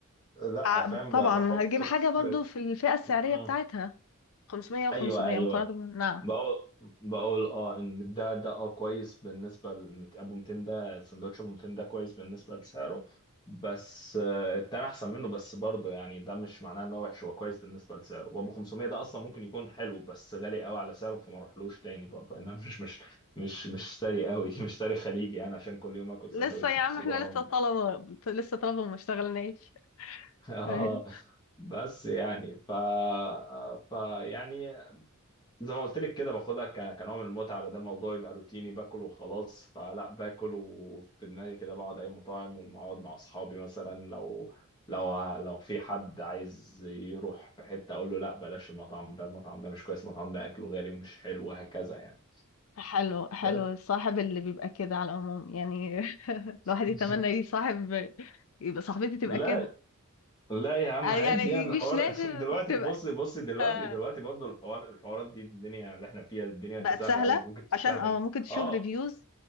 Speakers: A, on the left; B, on the left.
A: لا
B: ع-
A: فاهم
B: طبعا
A: ب- بحط
B: هتجيب حاجه
A: في
B: برضو
A: في-
B: في الفئه السعريه
A: مم.
B: بتاعتها 500 و500
A: ايوه
B: مقارنه
A: ايوه
B: نعم
A: بقول بقول اه ان ده ده اه كويس بالنسبه للمت... ابو 200 ده السندوتش ابو 200 ده كويس بالنسبه لسعره بس آه، التاني احسن منه بس برضه يعني ده مش معناه ان هو وحش هو كويس بالنسبه لسعره وابو 500 ده اصلا ممكن يكون حلو بس غالي قوي على سعره فما اروحلوش تاني برضه انا مش مش مش مش ساري قوي <laughs> مش ساري خليجي انا عشان كل يوم اكل
B: لسه
A: سندوتش
B: يا
A: بس
B: عم احنا
A: برغم
B: لسه طلبه
A: <laughs>
B: لسه طلبه وما اشتغلناش
A: اه
B: أيوة.
A: بس يعني ف ف يعني زي ما قلت لك كده باخدها ك- كنوع من المتعه بدل الموضوع يبقى روتيني باكل وخلاص فلا باكل وفي دماغي كده بقعد اي مطاعم واقعد مع اصحابي مثلا لو لو لو في حد عايز يروح في حته اقول له لا بلاش المطعم ده المطعم ده مش كويس المطعم ده اكله غالي ومش حلو وهكذا يعني
B: حلو حلو
A: ده-
B: الصاحب اللي بيبقى كده على العموم يعني <laughs>
A: <laughs>
B: الواحد يتمنى يصاحب يبقى صاحبتي تبقى
A: لا
B: كده
A: لا يا عم
B: آه،
A: عادي
B: يعني
A: يعني الحوار
B: مش لازم
A: <laughs> دلوقتي
B: تبقى
A: بص بص دلوقتي
B: آه.
A: دلوقتي برضه الحوار الحوارات دي الدنيا اللي احنا فيها الدنيا
B: بقت
A: سهله
B: سهله
A: قوي انت ممكن تفتحي
B: عشان اه ممكن تشوف
A: اه
B: ريفيوز